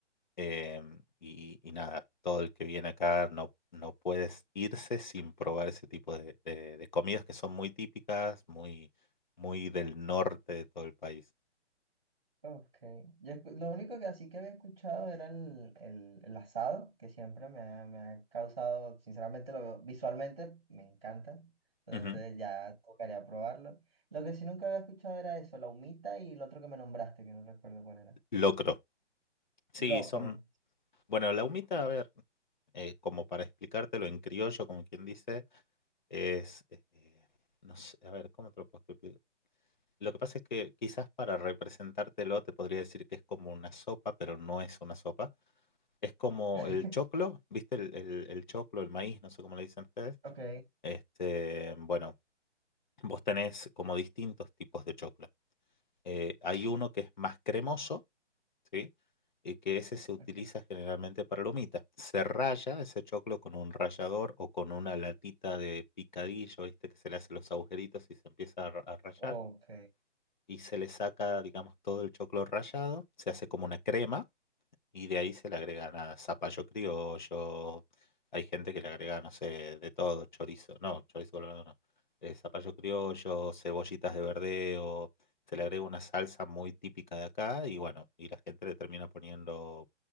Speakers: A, on the left; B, in the centre.
A: Em, y, y nada, todo el que viene acá no, no puedes irse sin probar ese tipo de, de- de comidas que son muy típicas, muy, muy del norte de todo el país.
B: ok. Yo escu- lo único que así que había escuchado era el, el, el asado, que siempre me ha, me ha causado, sinceramente, lo veo- visualmente me encanta. Entonces
A: Ujú.
B: ya tocaría probarlo. Lo que sí nunca había escuchado era eso, la humita y el otro que me nombraste, que no recuerdo cuál era.
A: Locro. Sí,
B: Locro.
A: son Bueno, la humita, a ver, eh, como para explicártelo en criollo, como quien dice, es, eh, no sé, a ver, ¿cómo te lo puedo explicar? Lo que pasa es que quizás para representártelo te podría decir que es como una sopa, pero no es una sopa. Es como
B: <laughs>
A: el choclo, ¿viste? El, el, el choclo, el maíz, no sé cómo le dicen ustedes.
B: Ok.
A: Este, bueno, vos tenés como distintos tipos de choclo. Eh, hay uno que es más cremoso ¿sí? Y que ese se utiliza
B: okay
A: generalmente para la humita. Se raya ese choclo con un rallador o con una latita de picadillo, ¿viste? Que se le hacen los agujeritos y se empieza a, ra- a rallar.
B: ok.
A: Y se le saca, digamos, todo el choclo rallado. Se hace como una crema y de ahí se le agregan a zapallo criollo. Hay gente que le agrega, no sé, de todo, chorizo. No, chorizo colorado no. eh, zapallo criollo, cebollitas de verdeo. Se le agrega una salsa muy típica de acá y bueno, y la gente le termina poniendo